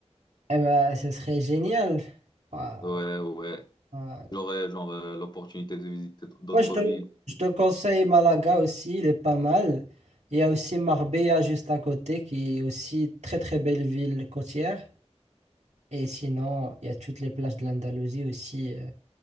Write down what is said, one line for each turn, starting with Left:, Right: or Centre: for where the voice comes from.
Right: Eh ben, ce serait génial. Ah,
Left: Ouais, ouais.
Right: ah,
Left: J'aurai genre euh, l'opportunité de visiter d'autres
Right: Moi, je te,
Left: villes.
Right: je te conseille Malaga aussi, il est pas mal. Il y a aussi Marbella juste à côté, qui est aussi très très belle ville côtière. Et sinon, il y a toutes les plages de l'Andalousie aussi. euh.